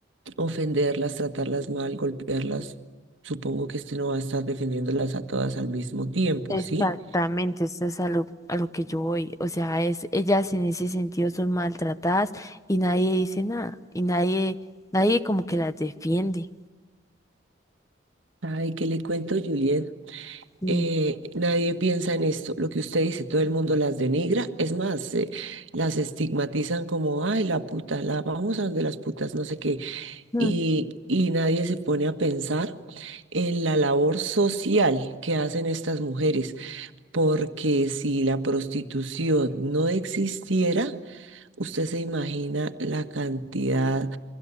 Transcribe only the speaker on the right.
ofenderlas, tratarlas mal, golpearlas, supongo que este no va a estar defendiéndolas a todas al mismo tiempo,
¿sí?
Ay, ¿qué le cuento, Juliet?
eh, nadie piensa en esto. Lo que usted dice, todo el mundo las denigra. Es más, eh, las estigmatizan como, ay, la puta, la vamos a donde las putas, no sé qué.
Y, y nadie se pone a pensar en la labor social que hacen estas mujeres, porque si la prostitución no existiera, usted se imagina la cantidad